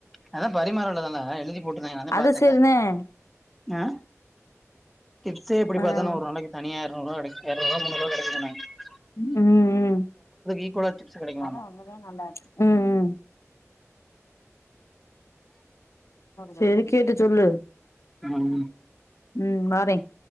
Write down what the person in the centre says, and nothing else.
அதான் பரிமாறம்லதான எழுதி போட்டுதேன் நானே
பாத்தேன்ல
ஆஹ டிப்ஸே எப்படித்தன்னா
ஒரு நாளைக்கு தனியா எரநூறுபா கிடைக்கும் <unintelligible>
ஈக்குவலா டிப்ஸ் கெடைக்குமாமா
ம்